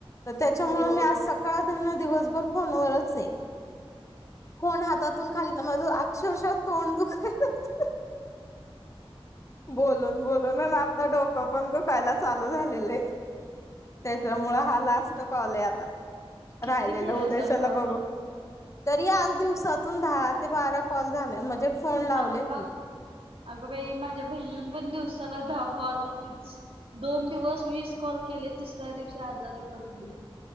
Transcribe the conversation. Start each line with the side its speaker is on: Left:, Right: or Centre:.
Left: तर त्याच्यामुळ,
Right: हो.
Left: मी आज सकाळधरन, दिवसभर, फोनवरच ये. फोन हातातून खालीन माझ अक्षरशः तोंड दुखायला लागलं. बोलून बोलून. अन आता डोकं पण दुखायला चालू झालेलंय. त्याच्यामुळे हा लास्ट कॉले आता.
Right: किती
Left: राहिलेला
Right: केलासा
Left: उद्याच्याला
Right: कॉल?
Left: बघू. तरी आज दिवसातून दहा ते बारा कॉल झाले. म्हणजे फोन लावलेत
Right: अगबाई,
Left: मी
Right: अगबाई माझ्या बहिणीन पण दिवसाला दहा कॉल होतेच. दोन दिवस वीस कॉल केले. तिसऱ्या दिवशी आजारी पडली.